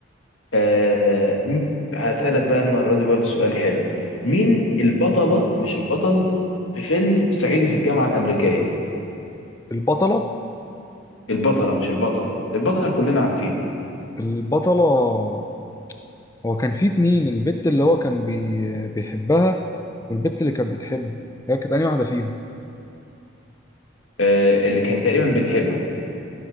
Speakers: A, on the left (about 80°); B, on the left (about 15°).
A: أه م- هسألك بقى المرة دي برضو سؤال حلو مين البطلة مش البطل في فيلم صعيدي في الجامعة الأمريكية
B: البطلة
A: البطلة مش البطل البطل كلنا عارفينه
B: البطلة هو كان في اتنين البت اللي هو كان بي... بيحبها والبت اللي كانت بتحبه هي كانت أنهي واحدة فيهم
A: أه اللي كان تقريبا بتحبه